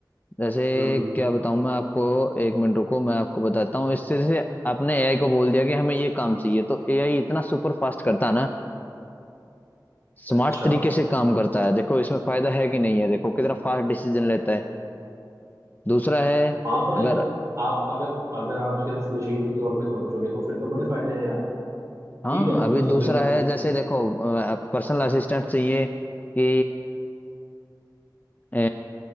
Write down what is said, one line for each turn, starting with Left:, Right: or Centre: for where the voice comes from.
Left: जैसे
Right: हम्म हम्म
Left: क्या बताऊं मैं आपको एक मिनट रुको मैं आपको बताता हूँ इससे जैसे आपने एआई को बोल दिया कि हमें ये काम चाहिए तो एआई इतना सुपर फास्ट करता है ना स्मार्ट
Right: अच्छा
Left: तरीके से काम करता है देखो इसमें फायदा है कि नहीं है देखो कितना फास्ट डिसीजन लेता है दूसरा है
Right: हाँ पर
Left: अगर
Right: यार आप अगर अगर आप सिर्फ मशीनी तौर पे सोचोगे तो फिर तो बड़े फायदे हैं यार
Left: हाँ
Right: ठीक है
Left: अभी
Right: मतलब
Left: दूसरा
Right: देखो
Left: है जैसे देखो पर्सनल असिस्टेंट चाहिए कि अ,